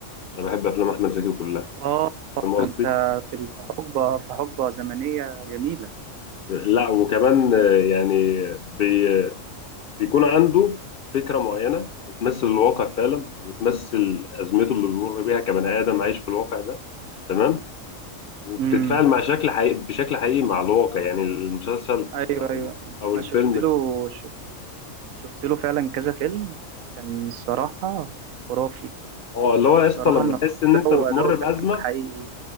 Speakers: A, on the left; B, on the right.
A: انا بحب افلام احمد زكي كلها
B: اه
A: فاهم قصدي
B: ده انت في ال- في حقبة في حقبة زمنية جميلة
A: لا وكمان آه، يعني بي بيكون عنده فكره معينه بتمثل الواقع فعلا وبتمثل ازمته اللي بيمر بيها كبني ادم عايش في الواقع ده تمام وبتتفاعل
B: امم
A: مع شكل حقيقي بشكل حقيقي مع الواقع يعني المسلسل
B: ايوه
A: او
B: ايوه
A: ال- او
B: انا
A: الفيلم
B: شفت له ش- شفت له فعلا كذا فيلم كان الصراحة خرافي
A: اه اللي هو يا
B: الصراحة
A: اسطى لما
B: ان
A: تحس ان انت
B: هو
A: بتمر
B: اداؤه فعلا
A: بازمه
B: حقيقي